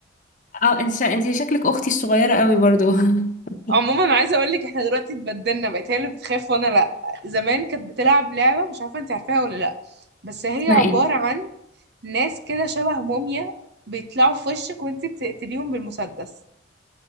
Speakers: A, on the left (about 40°); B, on the right (about 55°).
A: اه انت شا... انت شكلك اختي الصغيره قوي برضو <laughs>
B: <laughs> عموما انا عايزة اقولك احنا دلوقتي اتبدلنا بقت هي اللي بتخاف وانا لا زمان كانت بتلعب لعبة مش عارفة انت عارفاها ولا لا بس هي
A: اسمها
B: عبارة
A: ايه
B: عن ناس كده شبه موميا بيطلعوا في وشك وانت بتقتليهم بالمسدس